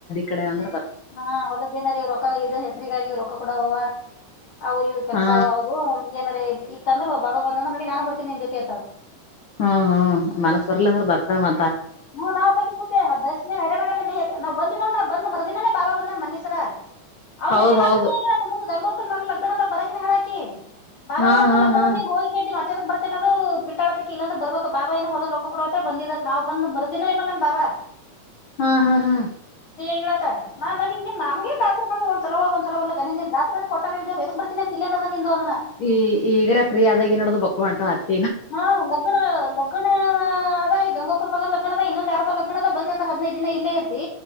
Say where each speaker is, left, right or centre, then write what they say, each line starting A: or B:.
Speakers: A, on the left; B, on the left.
A: ಕಡೆ ಅಂದ್ರೆ
B: ಹಾ ಹೊಲದ್ದೇನಾರ ಇವ್ ರೊಕ್ಕ ಇ ಹೆಸರಿಗಾಗಿ್ ರೊಕ್ಕ ಕೂಡ ಹ್ ಅವು ಇವ್ ಕೆಲಸ
A: ಹಾ
B: ಅವ ಅವ ಏನಾರ ಇತ್ತಂದ್ರ ಬಬ ಬಂದ್ರೆ ನೋಡಿ ನಾನ್ ಬರ್ತೀಿ ನಿನ್ ಜೊತೆ ಅತ
A: ಹ್ಮ್ ಹ್ಮ್ ಮನಸ್ ಬರ್ಲ ಅಂದ್ರ ಬರ್ತ ಮ
B: ಹ ನಾ ಬ ಹೈರಣಾಣ ನ ಬ ನ ಬಂದ್ ಮರದಿನಾನೇ ಬಾಬಾ ಬಂದಾನ ಮನ್ನಿಸ ಅವ್ನ
A: ಹೌದ್
B: ಜೊತೆ ಮಾತ್ರ
A: ಹೌದು
B: ಬೇ ಗಂಗ ಲಗ್ಣದ ಬರ ಹೇಳ ಕೆ ಬ್
A: ಹಾ ಹಾ
B: ಲಗ್ಣ
A: ಹಾ
B: ಗೋ ಕೆ ಮ ಬರ್ತೇನ ಅದು ಬಿಟ್ಟಾಡದಕ್ಕೆ ಇಲ್ಲಂದ ಬರ್ಬೇಕ ಬಾಏ ಹೊಲದ ರೊಕ್ಕ ಕೊಡ ಬಂದಿದದ ನಾವು ಬಂದ್ ಮರ್ತಿನ ಬಂದನ್ ಬಾಬಾ
A: ಹಾ ಹಾ ಹಾ್
B: ಗಿಡತ ನಾ ನಾನನ್ಿಂಗಗೆ ನಮಗಗೆಾತ್ರೆ ಮಾಡ ಒಂದಲ ಒಂದ್ಲಲ್ಲನ್ ಬಾತ್ರೆ ಕೊಟ್ಟ ಪ್ರತಿನಿ ತಿ ನಿ ಅಂದ
A: ಈ ಈಗರೇ ಫೀ ಆದಾಗ ನೋಡ್ದ ಬಕ್ಕೊಂಟತ್ತ
B: ಹಾ ಲಕ್ಡ ಲಕ್ಡ ಅದ ಈ ಗಂಗಕರ್ ಮಗ ಲಗ್ದ ಇನ್ನೊಂದು ಎರಡು ಲಗ್ನದ ಬಂದೆ ಹದಿನೈ ದಿನ ಇಲ್ಲ ಇರ್ತಿ